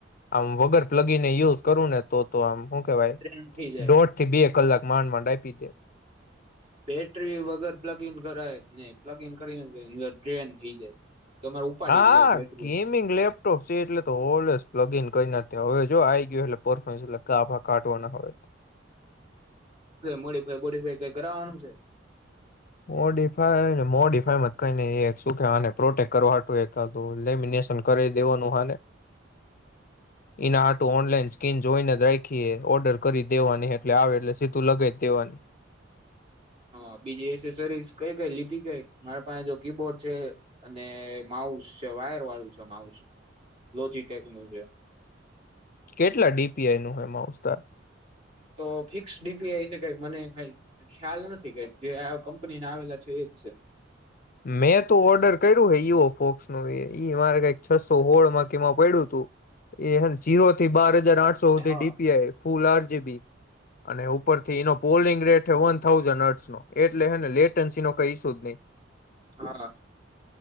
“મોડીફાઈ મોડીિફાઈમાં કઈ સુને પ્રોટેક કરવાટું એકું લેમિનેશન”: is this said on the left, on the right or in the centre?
Left